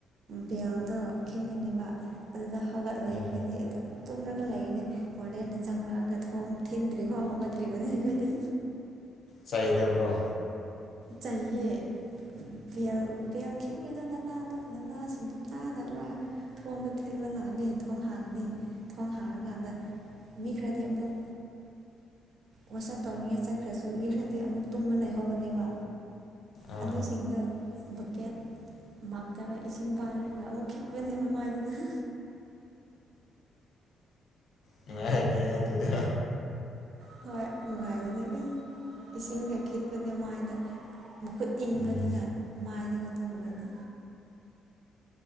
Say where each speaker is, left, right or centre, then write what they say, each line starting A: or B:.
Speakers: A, on the right (about 65°); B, on the left (about 60°).
A: ꯕꯦꯜꯗꯣ ꯈꯤꯉꯅꯤꯕ ꯑꯗꯨꯗ ꯍꯧꯒꯠꯂꯣꯏ
B: ꯎꯝ
A: ꯑꯩꯈꯣꯏꯗꯤ ꯑꯗꯨꯝ ꯇꯨꯝꯔꯒ ꯂꯩꯒꯅꯤ ꯋꯥꯔꯗꯦꯟꯅ ꯆꯪꯂꯉꯛꯑ ꯒ ꯊꯣꯡ ꯊꯤꯟꯗ꯭ꯔꯤꯈꯐꯥꯎ ꯍꯧꯒꯠꯇ꯭ꯔꯤꯕꯅꯦ ꯑꯩꯈꯣꯏꯗꯤ
B: ꯆꯩꯗꯕ꯭ꯔꯣ
A: ꯆꯩꯌꯦ ꯕꯦꯜ ꯕꯦꯜꯈꯤꯡꯉꯤꯗꯣ ꯅꯅꯥꯗꯣ ꯅꯅꯥꯁꯤꯡꯗꯣ ꯇꯥꯗꯕ꯭ꯔꯥ ꯊꯣꯡꯗ ꯊꯤꯜꯕ ꯂꯥꯛꯑꯅꯤ ꯊꯣꯡ ꯍꯥꯡꯉꯅꯤ ꯊꯣꯡ ꯍꯥꯡꯉꯀꯥꯟꯗ ꯃꯤ ꯈꯔꯗꯤ ꯑꯃꯨꯛ ꯋꯥꯆꯞ ꯇꯧꯅꯤꯡꯉꯦ ꯆꯠꯈ꯭ꯔꯁꯨ ꯃꯤ ꯈꯔꯥꯗꯤ ꯑꯃꯨꯛ ꯇꯨꯝꯕ ꯂꯩꯍꯧꯒꯅꯦꯕ
B: ꯑꯥ
A: ꯑꯗꯨꯁꯤꯡꯗꯣ ꯕꯀꯦꯠ ꯃꯛ ꯇꯧꯔꯥ ꯏꯁꯤꯡ ꯄꯥꯏꯔꯒ ꯑꯃꯨꯛ ꯈꯤꯛꯄꯅꯦ ꯃꯃꯥꯏꯗꯨꯗ
B: ꯅꯨꯪꯉꯥꯏꯔꯤꯅꯦ ꯑꯗꯨꯗꯤ
A: ꯍꯣꯏ ꯅꯨꯡꯉꯥꯏꯕꯅꯦ ꯑꯦ ꯏꯁꯤꯡ ꯒ ꯈꯤꯛꯄꯅꯦ ꯃꯥꯏꯗ ꯃꯈꯨꯠ ꯏꯪꯕꯗꯨꯅ
B: ꯎꯝ
A: ꯃꯥꯏꯗꯒ ꯇꯧꯔꯅ